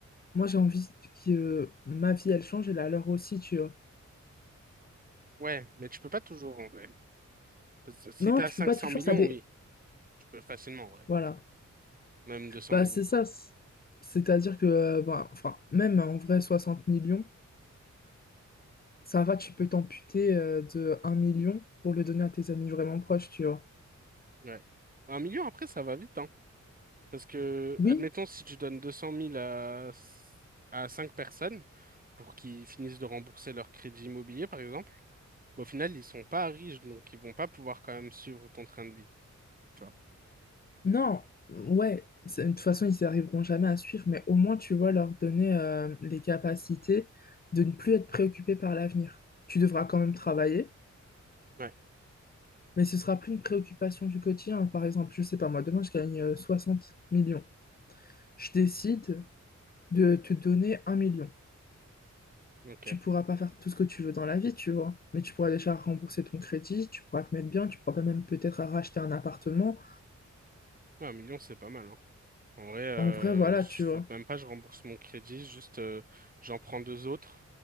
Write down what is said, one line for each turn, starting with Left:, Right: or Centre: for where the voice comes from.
Left: moi, j'ai envie que euh, ma vie, elle change et la leur aussi, tu vois.
Right: Ouais, mais tu peux pas toujours en vrai. Parce que si
Left: Non,
Right: t'as
Left: tu
Right: cinq
Left: peux pas
Right: cents
Left: toujours,
Right: millions,
Left: ça dé...
Right: oui, tu peux facilement en vrai.
Left: Voilà.
Right: Même 200
Left: Bah,
Right: millions.
Left: c'est ça. c- C'est-à-dire que, euh, bah, enfin, même en vrai, 60 millions, ça va, tu peux t'amputer euh, de un million pour le donner à tes amis vraiment proches, tu vois.
Right: Ouais. Un million après, ça va vite, hein. Parce que,
Left: Oui,
Right: admettons, si tu donnes 200 000 à, à 5 personnes pour qu'ils finissent de rembourser leur crédit immobilier, par exemple, bah, au final, ils sont pas riches, donc ils vont pas pouvoir quand même suivre ton train de vie. Tu vois.
Left: Non, mm, ouais, c'est- de toute façon, ils n'y arriveront jamais à suivre, mais au moins, tu vois, leur donner euh, les capacités de ne plus être préoccupé par l'avenir. Tu devras quand même travailler,
Right: Ouais.
Left: mais ce sera plus une préoccupation du quotidien. Par exemple, je sais pas, moi, demain, je gagne euh, 60 millions. Je décide de te donner un million.
Right: Ok.
Left: Tu
Right: Ouais,
Left: pourras pas faire tout ce que tu veux dans la vie, tu vois, mais tu pourras déjà rembourser ton crédit, tu pourras te mettre bien, tu pourras même peut-être racheter un appartement.
Right: un million, c'est pas mal, hein. En vrai, euh,
Left: En vrai, voilà,
Right: je fais
Left: tu vois.
Right: même pas, je rembourse mon crédit, juste euh, j'en prends deux autres,